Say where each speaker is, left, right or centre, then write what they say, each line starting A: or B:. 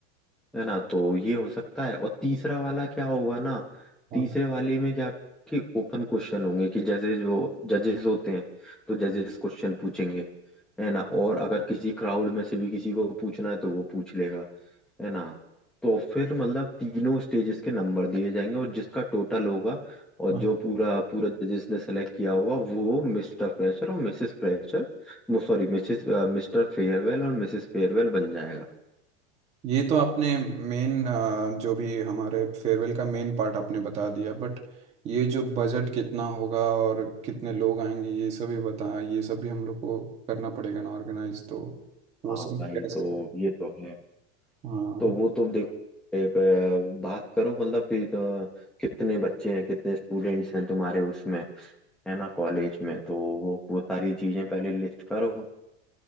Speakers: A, in the centre; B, on the right.
A: है ना तो ये हो सकता है और तीसरा वाला क्या होगा ना
B: हाँ
A: तीसरे वाले में क्या कि ओपन क्वेश्चन होंगे कि जजेस वो जजेस होते हैं तो जजेस क्वेश्चन पूछेंगे है ना और अगर किसी क्राउड में से भी किसी को पूछना है तो वो पूछ लेगा है ना तो फिर मतलब तीनों स्टेजेस के नंबर दिए जाएंगे और जिसका टोटल होगा और
B: हाँ
A: जो पूरा पूरा जजेस ने सेलेक्ट किया होगा वो मिस्टर फ्रेशर और mrs fresher sorry mrs mister farewell और मिसेस फेयरवेल बन जाएगा
B: ये तो आपने मेन जो भी हमारे फेयरवेल का मेन पार्ट आपने बता दिया बट ये जो बजट कितना होगा और कितने लोग आएंगे ये सब भी बताया ये सब भी हम लोग को करना पड़ेगा ना ऑर्गेनाइज तो वो
A: हाँ
B: सब भी
A: भाई
B: कैसे
A: तो ये तो है
B: हाँ
A: तो वो तुम देखो ए, प- बात करो मतलब कि अ, कितने बच्चे हैं कितने स्टूडेंट्स हैं तुम्हारे उसमें है ना कॉलेज में तो वो वो सारी चीजें पहले लिस्ट करो